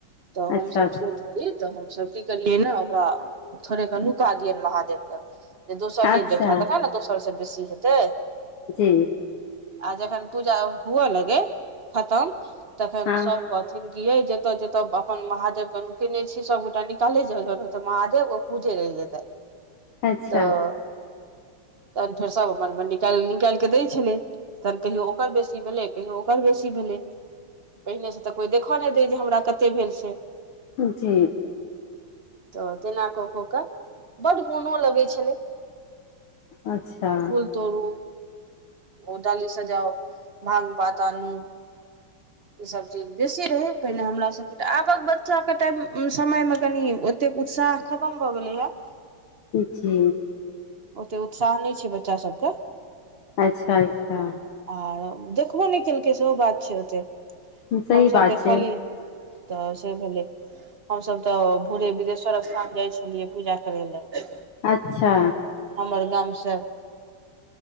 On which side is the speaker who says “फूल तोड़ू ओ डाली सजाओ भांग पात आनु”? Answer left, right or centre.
Right